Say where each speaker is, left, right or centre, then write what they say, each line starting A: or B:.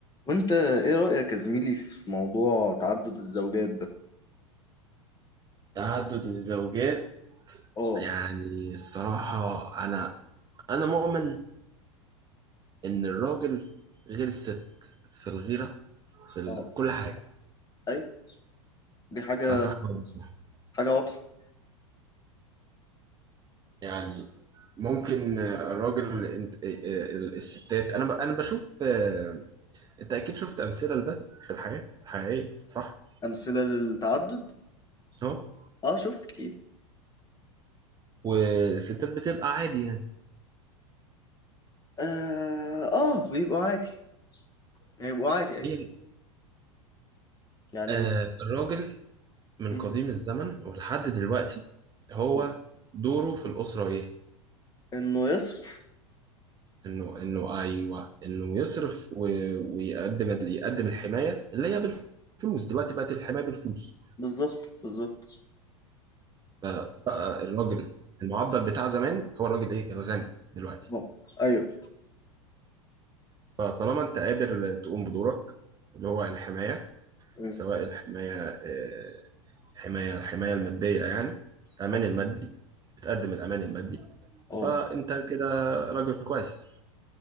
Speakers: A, on the left; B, on the right.
A: وانت ايه رأيك يا زميلي في موضوع تعدد الزوجات ده
B: تعدد الزوجات
A: اه
B: يعني الصراحة أنا أنا مؤمن إن الراجل غير الست في الغيرة في ال...
A: اه
B: كل حاجة
A: ايوه دي حاجة
B: ده صح ولا مش صح
A: حاجة واضحة
B: يعني ممكن الراجل انت... ال- الستات أنا ب... أنا بشوف آه، أنت أكيد شفت أمثلة لده في الحياة الحقيقية صح
A: أمثلة للتعدد
B: أهو
A: اه شفت كتير
B: والستات بتبقى عادي يعني
A: اه, آه بيبقوا عادي بيبقوا عادي ايوه
B: هي-
A: يعني
B: آه،
A: م...
B: الراجل من
A: م-
B: قديم الزمن ولحد دلوقتي هو
A: آه.
B: دوره في الأسرة إيه
A: انه يصرف
B: انه انه ايوه انه يصرف و... ويقدم ال... يقدم الحمايه اللي هي بالفلوس دلوقتي بقت الحمايه بالفلوس
A: بالظبط بالظبط
B: فبقى الراجل المعضل بتاع زمان هو الراجل ايه الغني دلوقتي
A: اه ايوه
B: فطالما انت قادر تقوم بدورك اللي هو الحمايه
A: م-
B: سواء الحمايه آه، حمايه الحمايه الماديه يعني الامان
A: اه
B: المادي بتقدم الامان المادي
A: آه.
B: فانت كده راجل كويس